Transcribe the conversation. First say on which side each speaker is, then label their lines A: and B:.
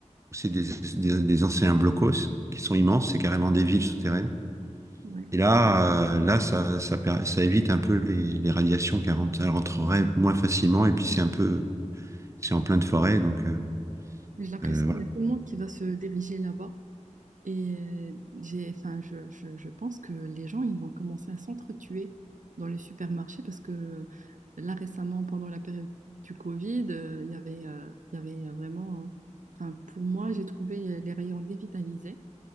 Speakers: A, on the right; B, on the right.
A: c'est des, des- des anciens blocos qui sont immenses, c'est carrément des villes souterraines.
B: Ouais.
A: Et là, euh, là ça, ça, per- ça évite un peu les, les radiations qui rentrent- elles rentreraient moins facilement. Et puis c'est un peu, c'est en pleine forêt, donc euh,
B: j'ai l'impression
A: euh, voilà.
B: qu'il y a tout le monde qui va se diriger là-bas. Et euh, j'ai, enfin, je, je- je pense que les gens, ils vont commencer à s'entretuer dans les supermarchés parce que euh, là, récemment, pendant la période du Covid, euh, il y avait, euh, il y avait vraiment... euh, Enfin, pour moi, j'ai trouvé les rayons dévitalisés.